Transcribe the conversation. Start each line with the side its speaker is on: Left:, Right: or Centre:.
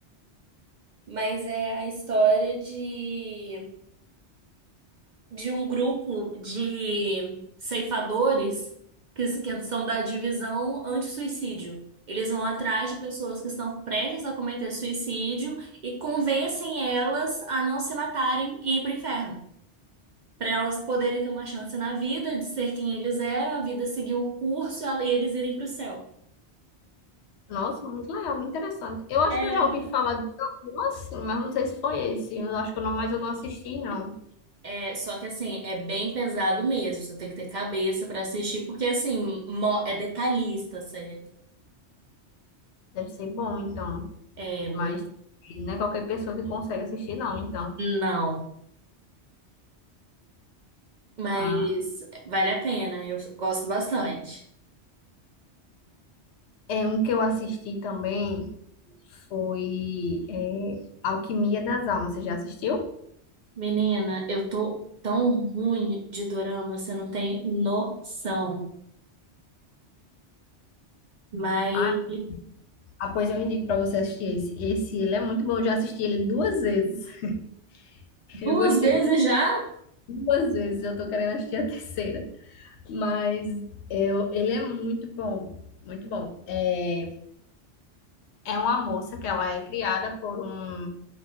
Right: mas é a história de de um grupo de ceifadores que, se- que são da divisão anti-suicídio. Eles vão atrás de pessoas que estão prestes a cometer suicídio e convencem elas a não se matarem e ir para o inferno. Para elas poderem ter uma chance na vida de ser quem eles eram, a vida seguir o curso e ela- e eles irem para o céu.
Left: Nossa, muito legal, muito interessante. Eu acho
Right: É,
Left: que eu já ouvi falar de algum assim, mas não sei se foi esse. Eu acho que eu não, mas eu não assisti, não.
Right: É, só que assim, é bem pesado mesmo. Você tem que ter cabeça pra assistir, porque assim, mo- é detalhista, sério.
Left: Deve ser bom, então.
Right: É muito.
Left: Mas não é qualquer pessoa que consegue assistir, não, então.
Right: Não. Mas
Left: Ah,
Right: vale a pena, eu gosto bastante.
Left: é um que eu assisti também foi é, Alquimia das Almas. Você já assistiu?
Right: Menina, eu tô tão ruim de dorama, você não tem noção. Mas
Left: Ah, ah, pois eu indico para você assistir esse. Esse ele é muito bom. Eu já assisti ele duas vezes. <laughs>
Right: duas
Left: Eu gostei
Right: vezes
Left: muito.
Right: já?
Left: Duas vezes. Eu tô querendo assistir a terceira. Mas eu, ele é muito bom, muito bom. É, é uma moça que ela é criada por um,